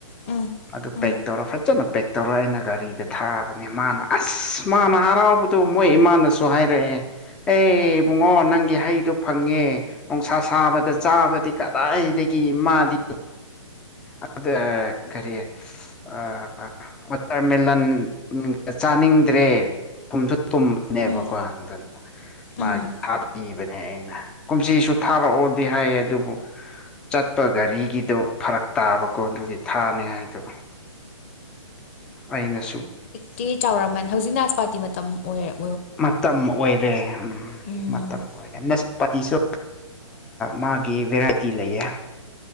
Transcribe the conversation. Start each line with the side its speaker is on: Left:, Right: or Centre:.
Left: ꯎꯝ
Centre: ꯑꯗꯨ
Left: ꯎꯝ
Centre: ꯄꯦꯛ ꯇꯧꯔ ꯐꯖꯅ ꯄꯦꯛ ꯇꯧꯔ ꯑꯩꯅ ꯒꯥꯔꯤꯗ ꯊꯥꯕꯅꯦ ꯃꯥꯅ ꯑꯁ ꯃꯥꯅ ꯍꯔꯥꯎꯕꯗꯣ ꯃꯣꯏ ꯏꯃꯥꯅꯁꯨ ꯍꯥꯏꯔꯛꯑꯦ ꯑꯦ ꯏꯕꯨꯡꯉꯣ ꯅꯪꯒꯤ ꯍꯩꯗꯨ ꯐꯪꯉꯦ ꯅꯨꯡꯁꯥ ꯁꯥꯕꯗ ꯆꯥꯕꯗꯤ ꯀꯗꯥꯏꯗꯒꯤ ꯃꯥꯗꯤ ꯑꯗ ꯀꯔꯤ ꯑꯥ ꯋꯥꯇꯔꯃꯦꯂꯟꯒ ꯆꯥꯅꯤꯡꯗ꯭ꯔꯦ ꯊꯨꯝꯁꯨ ꯊꯨꯝꯕꯅꯦꯕꯀꯣ
Left: ꯎꯝ
Centre: ꯑꯗꯨꯅ
Left: ꯎꯝ
Centre: ꯃꯥꯒꯤ ꯊꯥꯕꯤꯕꯅꯦ ꯑꯩꯅ ꯀꯨꯝꯁꯤꯁꯨ ꯊꯥꯔꯛꯑꯣꯗꯤ ꯍꯥꯏꯌꯦ ꯑꯗꯨꯕꯨ ꯆꯠꯄ ꯒꯥꯔꯤꯒꯤꯗꯣ ꯐꯔꯛ ꯇꯥꯕꯀꯣ ꯑꯗꯨꯒꯤ ꯊꯥꯅꯤꯉꯥꯏꯗꯣ ꯑꯩꯅꯁꯨ
Left: ꯇꯤ ꯆꯥꯎꯔꯝꯃꯅꯤ ꯍꯧꯖꯤꯛ ꯅꯥꯁꯄꯥꯇꯤ ꯃꯇꯝ ꯑꯣꯏꯔꯕꯣ
Centre: ꯃꯇꯝ ꯑꯣꯏꯔꯦ ꯎꯝ
Left: ꯎꯝ
Centre: ꯃꯇꯝ ꯑꯣꯏꯔꯦ ꯅꯁ ꯄꯇꯤꯁꯨ ꯃꯥꯒꯤ ꯚꯦꯔꯥꯏꯇꯤ ꯂꯩꯌꯦ